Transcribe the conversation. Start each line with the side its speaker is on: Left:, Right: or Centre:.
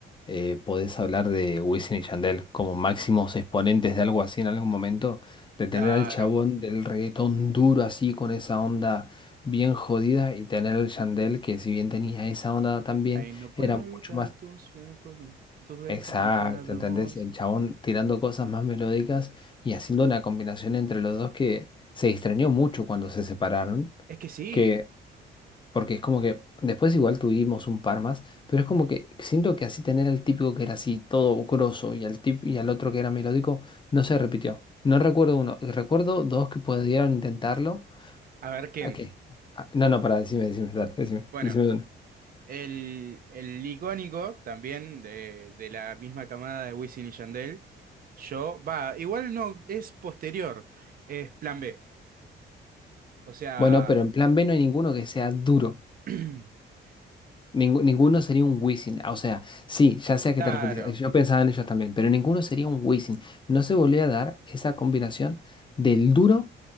Left: eh, podés hablar de Wisin y Yandel como máximos exponentes de algo así en algún momento, de tener
Right: Claro.
Left: al chabón del reggaetón duro así con esa onda bien jodida y tener al Yandel que si bien tenía esa onda también,
Right: Ahí no
Left: era
Right: puedo
Left: mucho
Right: evitar
Left: más
Right: tus cuerpos, tus besos
Left: exacto,
Right: mojados.
Left: ¿entendés? El chabón tirando cosas más melódicas y haciendo una combinación entre los dos que se extrañó mucho cuando se separaron.
Right: Es que sí.
Left: que porque es como que después igual tuvimos un par más, pero es como que siento que así tener al típico que era así todo grosso y al tip y al otro que era melódico no se repitió. No recuerdo uno, recuerdo dos que pudieron intentarlo.
Right: A ver, ¿quién?
Left: ¿A qué? Ah, no, no, para decime, decime, dale, decime,
Right: Bueno,
Left: decime dónde.
Right: el, el icónico también de, de la misma camada de Wisin y Yandel. Yo, va, igual no, es posterior, es Plan B. O sea,
Left: Bueno, pero en plan B no hay ninguno que sea duro.
Right: <clears throat>
Left: Ningú- ninguno sería un Wisin. Ah, O sea, sí, ya sea que
Right: Claro.
Left: te referís. Yo pensaba en ellos también, pero ninguno sería un Wisin. No se volvía a dar esa combinación del duro